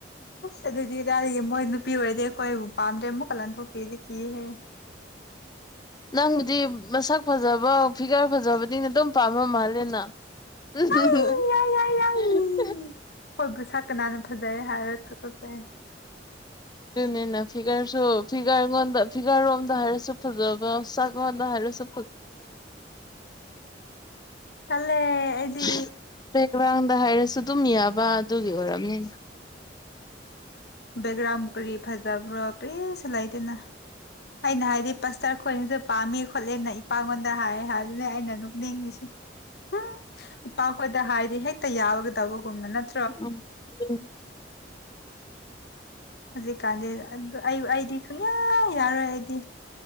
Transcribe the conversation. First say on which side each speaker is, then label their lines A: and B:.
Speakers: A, on the left; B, on the left.
A: ꯑꯁ ꯑꯗꯨꯗꯤ ꯀꯗꯥꯏꯔꯤꯒꯤ ꯃꯣꯏ ꯅꯨꯄꯤ ꯑꯣꯏꯔꯗꯤ ꯑꯩꯈꯣꯏꯕꯨ ꯄꯥꯝꯗ꯭ꯔꯦ ꯑꯃꯨꯛ ꯀ ꯂꯟꯄꯣꯛꯄꯤꯗꯤ ꯀꯤꯍꯦ
B: ꯅꯪꯕꯨꯗꯤ ꯃꯁꯛ ꯐꯖꯕ ꯐꯤꯒꯔ ꯐꯖꯕꯅꯤꯅ ꯑꯗꯨꯝ ꯄꯥꯝꯃꯝꯃꯅꯤꯅꯥ <unintelligible>
A: ꯑꯩ ꯑꯩ
B: <inaudible>
A: ꯑꯩ ꯑꯩ ꯍꯣꯏꯕꯨ ꯁꯥꯠ ꯀꯅꯥꯟꯅ ꯐꯖꯩ ꯍꯥꯏꯔꯀꯈꯔꯥꯕꯒꯦ
B: ꯑꯗꯨꯅꯤꯅ ꯐꯤꯒꯔꯁꯨ ꯐꯤꯒꯔꯉꯣꯟꯗ ꯐꯤꯒꯔꯣꯝꯗ ꯍꯥꯏꯔꯁꯨ ꯐꯖꯕ ꯁꯛꯉꯣꯟꯗ ꯍꯥꯏꯔꯁꯨ
A: ꯇꯜꯂꯦ ꯑꯩꯗꯤ
B: <unintelligible> <inaudible> ꯉꯔꯥꯡꯗ ꯍꯥꯏꯔꯁꯨ ꯑꯗꯨꯝ ꯌꯥꯕ ꯑꯗꯨꯒꯤ ꯑꯣꯏꯔꯝꯅꯤ
A: ꯕꯦꯛꯒ꯭ꯔꯥꯎꯟ ꯃꯨꯛ ꯀꯔꯤ ꯐꯖꯕ꯭ꯔꯣ ꯄꯔꯤꯁꯨ ꯂꯩꯗꯦꯅ ꯑꯩꯅ ꯍꯥꯏꯗꯤ ꯄꯁ ꯇꯔ ꯑꯩꯈꯣꯏꯅꯁꯨ ꯄꯥꯝꯃꯦ ꯈꯣꯠꯂꯦꯅ ꯏꯄꯉꯣꯟꯗ ꯍꯥꯏꯌꯦ ꯍꯥꯏꯕꯅꯦ ꯑꯩꯅ ꯅꯨꯡꯇꯤꯒꯤ ꯎꯝ ꯏꯄꯥꯈꯣꯏꯗ ꯍꯥꯏꯗꯤ ꯍꯦꯛꯇ ꯌꯥꯎꯒꯗꯕꯒꯨꯝꯅ ꯅꯠꯇ
B: <unintelligible>
A: ꯍꯧꯖꯤꯛꯀꯥꯟꯗꯤ ꯑꯩꯗꯤ ꯁꯨꯡꯌꯥ ꯌꯥꯔꯣꯏ ꯑꯩꯗꯤ